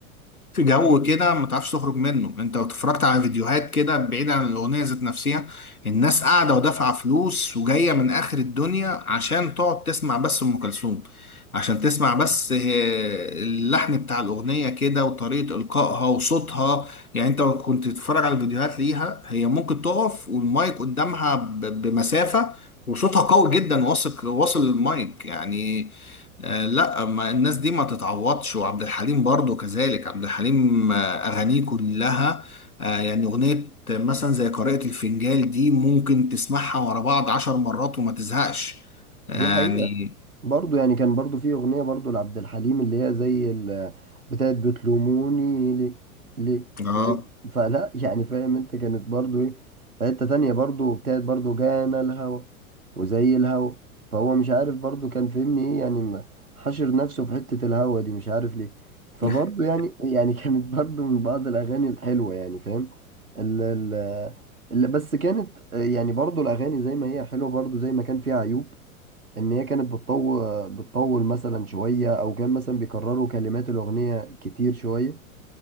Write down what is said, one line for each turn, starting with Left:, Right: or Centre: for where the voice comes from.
Left: في جو كده ما تعرفش تخرج منه انت لو اتفرجت على فيديوهات كده بعيد عن الاغنيه ذات نفسها الناس قاعده ودافعه فلوس وجايه من اخر الدنيا عشان تقعد تسمع بس ام كلثوم عشان تسمع بس آه، اللحن بتاع الاغنيه كده وطريقه القائها وصوتها يعني انت لو كنت تتفرج على الفيديوهات ليها هي ممكن تقف والمايك قدامها ب- بمسافه وصوتها قوي جدا واصل واصل المايك يعني آه، لا ما الناس دي ما تتعوضش وعبد الحليم برضو كذلك عبد الحليم آه، أغانيه كلها آه، يعني أغنية مثلا زي قارئة الفنجال دي ممكن تسمعها ورا بعض عشر مرات وما تزهقش يعني
Right: دي حقيقة برضو يعني كان برضو في أغنية برضو لعبد الحليم اللي هي زي ال- بتاعت بتلوموني ليه ليه
Left: اه
Right: ليه فلا يعني فاهم انت كانت برضو ايه في حتة تانية برضو بتاعت برضو جانا الهوى وزي الهوى فهو مش عارف برضو كان فهمني ايه يعني ما- حشر نفسه في حتة الهوى دي مش عارف ليه فبرضو
Left: <laughs>
Right: يعني يعني <laughs> كانت برضو من بعض الأغاني الحلوة يعني فاهم ال ال ال- بس كانت آه، يعني برضو الأغاني زي ما هي حلوة برضو زي ما كان فيها عيوب ان هي كانت بتطول بتطول مثلا شويه او كان مثلا بيكرروا كلمات الاغنيه كتير شويه